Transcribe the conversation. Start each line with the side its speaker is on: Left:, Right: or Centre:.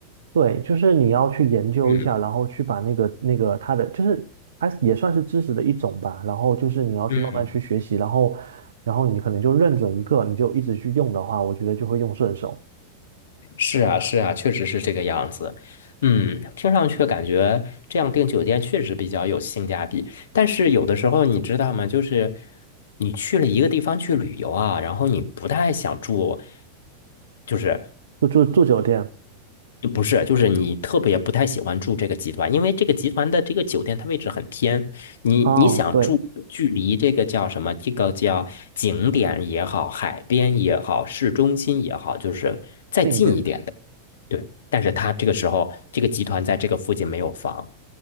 Right: 对，就是你要去研究一下，
Left: 嗯
Right: 然后去把那个那个它的，就是它也算是知识的一种吧。然后就是你要去慢慢去学习，
Left: 嗯
Right: 然后然后你可能就认准一个，你就一直去用的话，我觉得就会用顺手。
Left: 是啊，是啊，确实是这个样子。嗯，听上去感觉这样订酒店确实比较有性价比。但是有的时候你知道吗？就是你去了一个地方去旅游啊，然后你不太想住，就是。
Right: 就住住酒店，
Left: 不是，就是你特别不太喜欢住这个集团，因为这个集团的这个酒店它位置很偏，你你想住距离这个叫什么？
Right: 啊，对，
Left: 这个叫景点也好，海边也好，市中心也好，就是再近一点的。
Right: 近一点的。
Left: 对，但是它这个时候这个集团在这个附近没有房。